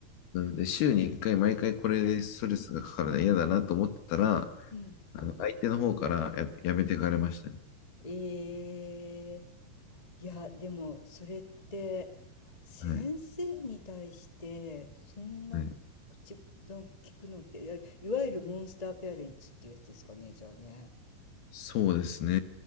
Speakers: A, on the left (about 65°); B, on the left (about 20°).
A: なので、週に1回毎回これでストレスがかかるの嫌だなと思ってたら、
B: うん。
A: あの相手の方からや、やめてかれましたね。
B: ええいや、でも、それって、先生に対して、
A: はい。
B: そんな口の聞くのって、
A: はい。
B: いやいわゆるモンスターペアレンツっていうやつですかね、じゃあね。
A: そうですね。